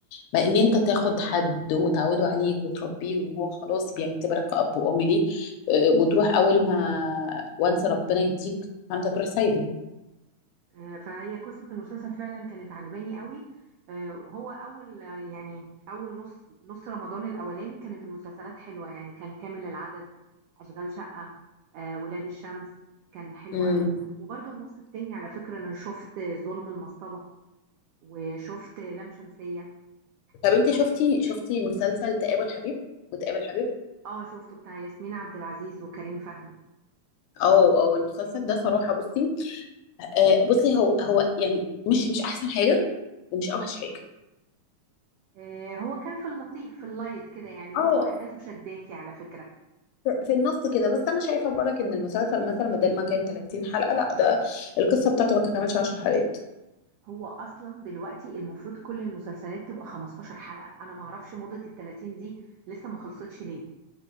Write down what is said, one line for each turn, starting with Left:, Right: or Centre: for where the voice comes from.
Left: ما ان انت تاخد حد وتعوده عليك وتربيه وان هو خلاص بيعتبرك كأب وأم ليه آه، وتروح اول ما وانس ربنا يديك فانت تروح سايبه
Right: آه، فهي قصة المسلسل فعلا كانت عجباني قوي آه، هو أول آه، يعني أول نص نص رمضان الأولاني كانت المسلسلات حلوة يعني كان كامل العدد أشغال شقة آه، ولاد الشمس كان حلو
Left: امم
Right: قوي وبرضه النص التاني على فكرة أنا شفت ظلم المصطبة وشفت لام شمسية
Left: طب
Right: وشفت
Left: انت شفتي شفتي مسلسل تقابل حبيب وتقابل حبيب
Right: اه شفته بتاع ياسمين عبد العزيز وكريم فهمي
Left: او او المسلسل ده صراحة بصي آه، بصي هو هو يعني مش مش احسن حاجة ومش اوحش حاجة
Right: آه، هو كان في اللطيف في اللايت كده يعني برضه
Left: اه
Right: أحداثه شداكي على فكرة
Left: ف- في النص كده بس انا شايفه برك ان المسلسل مثلا بدل ما كان 30 حلقه لا ده القصه بتاعته ما كملش 10 حلقات
Right: هو اصلا دلوقتي المفروض كل المسلسلات تبقى 15 حلقة انا ما اعرفش موضة ال 30 دي لسه ما خلصتش ليه